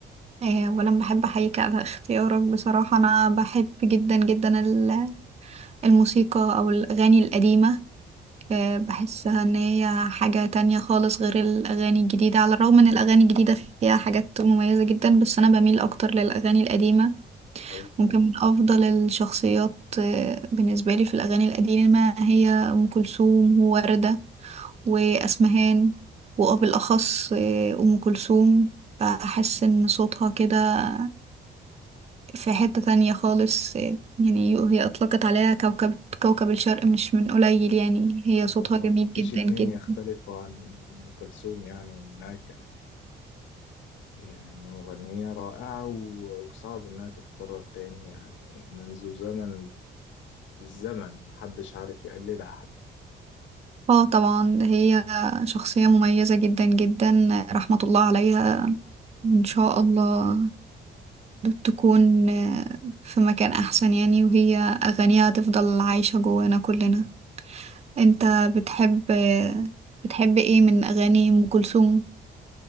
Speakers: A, on the right; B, on the left.
A: آه، ولا بحب احييك على اختيارك بصراحة انا بحب جدا جدا ال- الموسيقى او الاغاني القديمة آه، بحسها ان هي حاجة تانية خالص غير الاغاني الجديدة على الرغم ان الاغاني الجديدة فيها حاجات مميزة جدا بس انا بميل اكتر للاغاني القديمة
B: صحيح
A: ممكن من افضل الشخصيات آه، بالنسبة لي في الاغاني القديمة هي ام كلثوم ووردة وأسمهان وبالأخص آه، أم كلثوم بحس إن صوتها كده في حتة تانية خالص آه، يعني هي أطلقت عليها كوكب كوكب الشرق مش من قليل يعني هي صوتها
B: طبعا
A: جميل
B: مفيش
A: جدا
B: اتنين
A: جدا
B: يختلفوا عن أم كلثوم يعني وإنها كانت يعني مغنية رائعة و- وصعب إنها تتكرر تاني يعني منذ زمن الزمن محدش عارف يقلدها حتى.
A: اه طبعا هي شخصية مميزة جدا جدا رحمة الله عليها وإن شاء الله تكون آه، في مكان أحسن يعني وهي أغانيها تفضل عايشة جوانا كلنا انت بتحب بتحب ايه من اغاني ام كلثوم